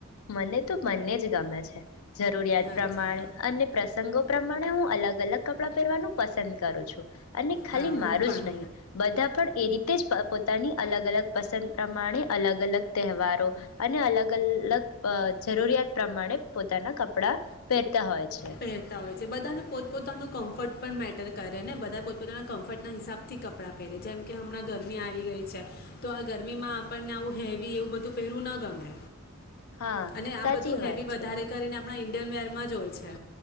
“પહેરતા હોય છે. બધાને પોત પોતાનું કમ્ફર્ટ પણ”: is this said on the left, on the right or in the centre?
Left